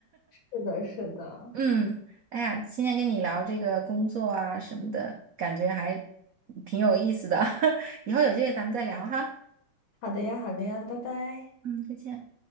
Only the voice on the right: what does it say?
嗯，哎呀，今天跟你聊这个工作啊什么的，感觉还挺有意思的，<laughs> 以后有机会咱们再聊哈，
嗯，再见。